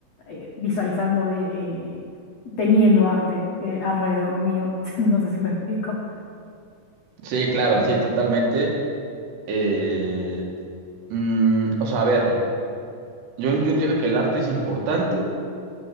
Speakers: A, on the left; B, on the right.
A: eh, visualizando, vi- eh, teniendo arte eh, alrededor mío. <laughs> No sé si me explico.
B: Sí, claro, sí, totalmente. Eh, mm, o sea, a ver, yo, yo entiendo que el arte es importante,